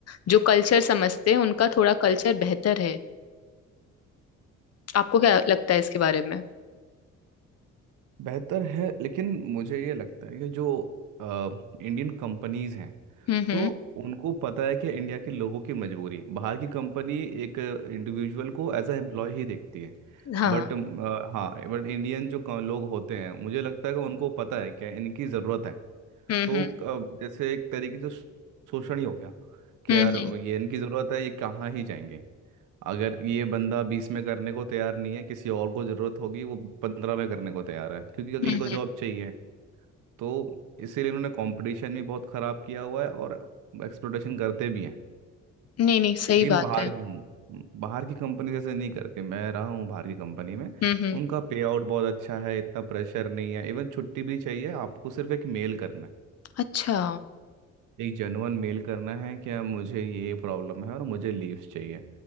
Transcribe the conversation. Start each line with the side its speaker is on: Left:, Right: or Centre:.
Left: जो कल्चर समझते हैं उनका थोड़ा कल्चर बेहतर है आपको क्या लगता है इसके बारे में
Right: बेहतर है लेकिन मुझे ये लगता है कि जो इंडियन कंपनीज हैं
Left: हम्म हम्म
Right: तो उनको पता है कि इंडिया के लोगों की मजबूरी बाहर की कंपनी एक इंडिविजुअल को एज अ एम्प्लॉय ही देखती है
Left: हाँ
Right: बट हाँ बट इंडियन जो क- लोग होते हैं मुझे लगता है कि उनको पता है क्या इनकी ज़रूरत है
Left: हम्म
Right: तो
Left: हम्म
Right: अ, जैसे एक तरीके से शोषण ही हो गया कि
Left: हम्म
Right: यार
Left: हम्म
Right: ये इनकी ज़रूरत है ये कहाँ ही जाएंगे अगर ये बंदा बीस में करने को तैयार नहीं है किसी और को ज़रूरत होगी वो पंद्रह में करने को तैयार है क्योंकि अगले
Left: हम्म, हम्म।
Right: को जॉब चाहिए तो इसीलिए इन्होंने कंपटीशन भी बहुत ख़राब किया हुआ है और एक्सप्लोटेशन करते भी हैं
Left: नहीं नहीं सही
Right: लेकिन
Left: बात
Right: बाहर
Left: है
Right: की हम बाहर की कंपनी जैसे नहीं करते मैं रहा हूँ बाहर की कंपनी में
Left: हम्म हम्म
Right: उनका पे आउट बहुत अच्छा है इतना प्रेशर नहीं है इवन छुट्टी भी चाहिए आपको सिर्फ एक मेल करना है
Left: अच्छा
Right: एक जेन्युइन मेल करना है क्या मुझे ये प्रॉब्लम है और मुझे लीव्स चाहिए